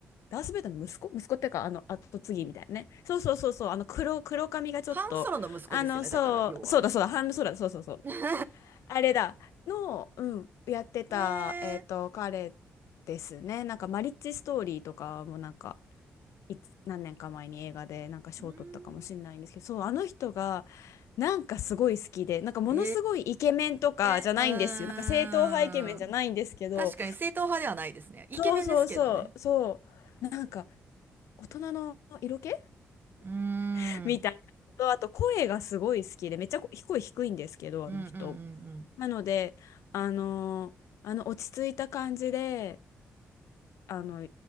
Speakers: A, on the left; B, on the right.
A: ダース・ベイダーの息子息子っていうか、あの、後継ぎみたいなね。そうそうそうそう、あの黒、黒髪がちょっと、
B: ハンソロの息子ですよね、
A: あの、そう、
B: だから、要は。
A: そうだそうだ、ハン、そうだ、そうそうそう。
B: <laughs>
A: あれだ、の、うん、やってた、
B: えー、
A: えっと、彼ですね。なんか、マリッジストーリーとかもなんか、いつ、何年か前に映画でなんか賞を取ったかもしれないんですけど、
B: うーん。
A: そう、あの人が、なんかすごい好きで、なんかものすごいイケメンとかじゃないんですよ。
B: えー、うーん。
A: なんか正統派イケメンじゃないんですけど、
B: 確かに正統派ではないですね。イケメンですけどね。
A: そうそうそう、そう、なんか、大人の色気
B: うー
A: <laughs> みたいなのと、
B: ん。
A: あと声がすごい好きで、めっちゃ声低いんですけど、
B: うんうんうん
A: あの人。なので、あの、あの落ち着いた感じで、あの、